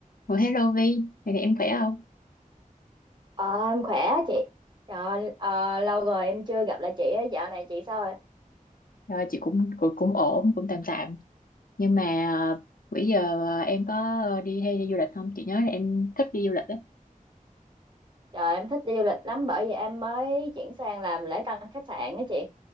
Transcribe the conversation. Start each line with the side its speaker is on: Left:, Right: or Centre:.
Left: Ủa hello Vi, ngày này em khỏe không?
Right: Ờ, em khỏe á chị. Trời, ờ, lâu rồi em chưa gặp lại chị á, dạo này chị sao rồi?
Left: Rồi chị cũng cũng, cũng ổn, cũng tạm tạm. Nhưng mà à, bữa giờ à, em có đi hay đi du lịch không? Chị nhớ là em thích đi du lịch á.
Right: Trời, em thích đi du lịch lắm bởi vì em mới chuyển sang làm lễ tân khách sạn á chị.